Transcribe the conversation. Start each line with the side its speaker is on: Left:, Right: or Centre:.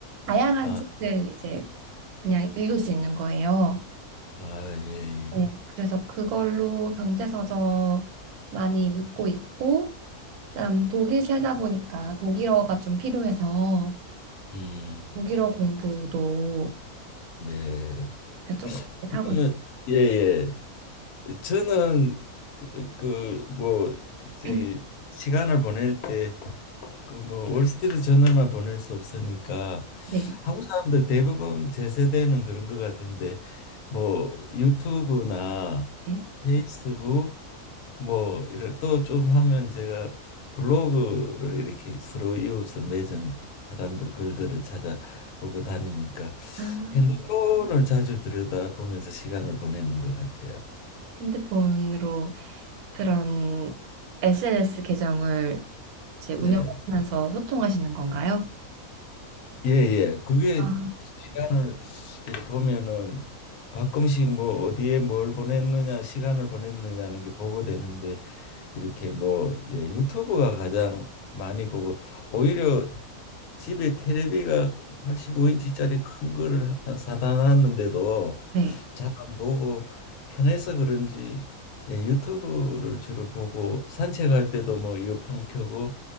Right: 다양한
Left: 아,
Right: 책을 이제 그냥 읽을 수 있는 거예요.
Left: 아, 예,
Right: 네.
Left: 예.
Right: 그래서 그걸로 경제서적 많이 읽고 있고 그다음 독일 살다 보니까 독일어가 좀 필요해서
Left: 음,
Right: 독일어 공부도
Left: 네.
Right: 조금씩
Left: 그러면
Right: 하고 있어요.
Left: 예, 예. 저는 그, 그, 뭐,
Right: <clears throat>
Left: 저기 시간을 보낼 때 그 뭐 월스트리트 저널만 보낼 수 없으니까
Right: 네.
Left: 한국 사람들 대부분 제 세대는 그런 것 같은데 뭐 유튜브나
Right: 네.
Left: 페이스북 뭐 이런 또 좀 하면 제가 블로그를 이렇게 서로 이웃을 맺은 사람들 글들을 찾아보고 다니니까
Right: 아,
Left: 핸드폰을 자주 들여다보면서 시간을 보내는 것 같아요.
Right: 핸드폰으로 그런 SNS 계정을 이제 운영하면서
Left: 네.
Right: 소통하시는 건가요?
Left: 예예 그게
Right: 아,
Left: 시간을 이렇게 보면은 가끔씩 뭐 어디에 뭘 보냈느냐 시간을 보냈느냐는 게 보고 되는데 이렇게 뭐 예, 유튜브가 가장 많이 보고 오히려 집에 테레비가 85인치짜리 큰 거를 하나 사다 놨는데도
Right: 네.
Left: 잘 안 보고 편해서 그런지 예, 유튜브를 주로 보고 산책할 때도 뭐 이어폰 켜고